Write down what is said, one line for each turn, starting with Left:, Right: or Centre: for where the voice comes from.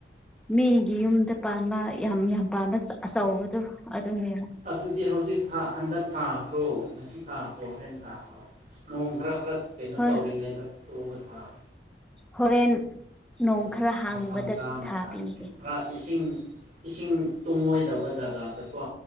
Centre: ꯃꯤꯒꯤ ꯌꯨꯝꯗ ꯄꯥꯝꯕ ꯌꯥꯝ ꯌꯥꯝ ꯄꯥꯝꯕ ꯑꯆꯧꯕꯗꯣ ꯑꯗꯨꯅꯦꯕ
Right: ꯑꯗꯨꯗꯤ ꯍꯧꯖꯤꯛ ꯍꯟꯗꯛ ꯊꯥꯈ꯭ꯔꯣ ꯉꯁꯤ ꯊꯥꯈ꯭ꯔꯣ ꯍꯣꯔꯦꯟ ꯊꯥꯈ꯭ꯔꯣ ꯅꯣꯡ ꯈꯔ ꯈꯔ ꯀꯩꯅꯣ
Centre: ꯍꯣꯏ
Right: ꯇꯧꯔꯤꯉꯩꯗ ꯐꯠꯇꯣꯛꯑꯒ ꯊꯥꯦ
Centre: ꯍꯣꯔꯦꯟ ꯅꯣꯡ
Right: ꯑꯗꯨꯝ
Centre: ꯈꯔ ꯍꯥꯡꯕꯗ
Right: ꯃꯐꯝ ꯆꯥꯅ
Centre: ꯊꯥꯕꯤꯒꯦ
Right: ꯊꯥꯈ꯭ꯔꯣ ꯈꯔ ꯏꯁꯤꯡ ꯏꯁꯤꯡ ꯇꯨꯡꯉꯣꯏꯗꯕ ꯖꯒꯥꯗꯀꯣ